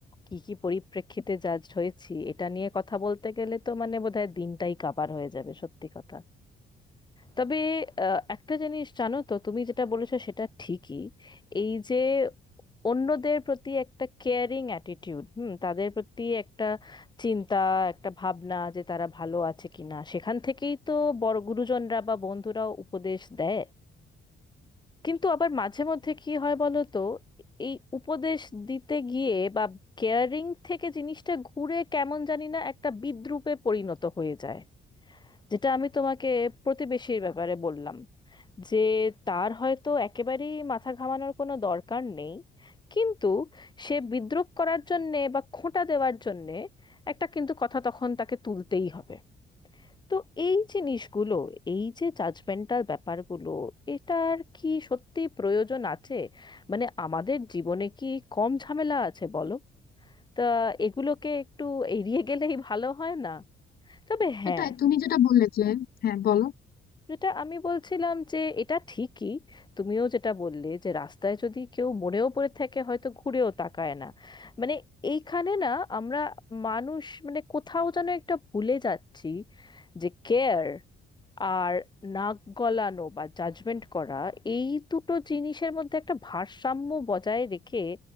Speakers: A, on the left (about 20°); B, on the left (about 50°).
A: কি কি পরিপ্রেক্ষিতে জাজড হয়েছি এটা নিয়ে কথা বলতে গেলে তো মানে বোধহয় দিনটাই কাবার হয়ে যাবে সত্যি কথা তবে আহ, একটা জিনিস জানো তো তুমি যেটা বলেছো সেটা ঠিকই এই যে অন্যদের প্রতি একটা কেয়ারিং অ্যাটিটিউড হুম তাদের প্রতি একটা চিন্তা একটা ভাবনা যে তারা ভালো আছে কিনা সেখান থেকেই তো বড় গুরুজনরা বা বন্ধুরাও উপদেশ দেয় কিন্তু আবার মাঝে মধ্যে কি হয় বলো তো এই উপদেশ দিতে গিয়ে বা কেয়ারিং থেকে জিনিসটা ঘুরে কেমন জানি না একটা বিদ্রূপে পরিণত হয়ে যায় যেটা আমি তোমাকে প্রতিবেশীর ব্যাপারে বললাম যে তার হয়তো একেবারেই মাথা ঘামানোর কোনো দরকার নেই কিন্তু সে বিদ্রূপ করার জন্যে বা খোঁটা দেওয়ার জন্যে একটা কিন্তু কথা তখন তাকে তুলতেই হবে তো এই জিনিসগুলো এই যে জাজমেন্টাল ব্যাপারগুলো এটার কি সত্যি প্রয়োজন আছে মানে আমাদের জীবনে কি কম ঝামেলা আছে বলো তা এগুলোকে একটু এড়িয়ে গেলেই ভালো হয় না তবে
B: সেটাই
A: হ্যাঁ
B: তুমি যেটা বললে যে হ্যাঁ বলো
A: যেটা আমি বলছিলাম যে এটা ঠিকই তুমিও যেটা বললে যে রাস্তায় যদি কেউ মরেও পড়ে থাকে হয়তো ঘুরেও তাকায় না মানে এইখানে না আমরা মানুষ মানে কোথাও যেন একটা ভুলে যাচ্ছি যে কেয়ার আর নাক গলানো বা জাজমেন্ট করা এই দুটো জিনিসের মধ্যে একটা ভারসাম্য বজায় রেখে